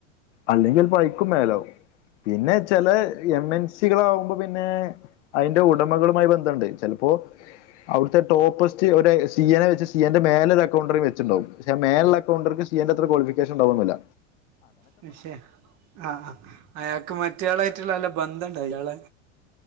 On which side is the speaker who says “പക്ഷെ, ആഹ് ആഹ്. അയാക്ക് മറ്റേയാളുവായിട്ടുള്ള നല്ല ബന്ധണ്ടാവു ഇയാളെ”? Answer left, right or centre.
Right